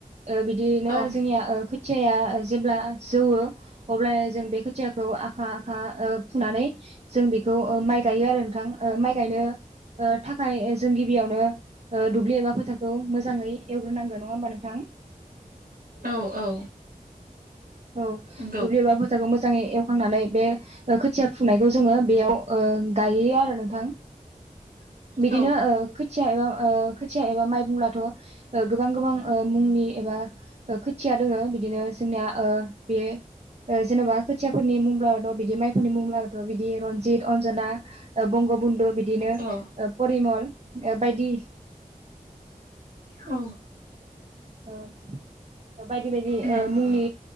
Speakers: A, on the right; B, on the right.
A: ओ बिदिनो
B: औ
A: जोंनिया ओ खोथ थियाया जेब्ला जौवो अब्ला जों बे खोथियाखौ आखा खा ओ फुनानै जों बेखौ ओ माइ गायो आरो नोंथां ओ माइ गायनो ओ थाखाय जों गिबियावनो ओ दुब्लि एबा फोथारखौ मोजाङै एवग्रोनांगौ नङा होमबा नोंथां?
B: औ औ
A: औ
B: नंगौ
A: दुब्लि एबा फोथारखौ मोजां मोजाङै एवखांनानै बे खोथिया फुंनायखौ जोङो बेयाव ओ गायो आरो नोंथां
B: <inaudible>
A: बिदिनो
B: औ
A: ओ खो थिया एबा खोथिया एबा माइ बुंब्लाथ गोबां गोबां मुंनि एबा खो थिया दोङो बिदिनो जोंनिया ओ बे ओ जेनबा खोथियाफोरनि मुंब्लाथ बिदि माइफोरनि मुंब्लाथ बिदि रनजित अनजना बंग बन्धु बिदिनो
B: औ
A: परिमल ओ बायदि
B: औ
A: औ बायदि बायदि
B: उम
A: ओ मुंनि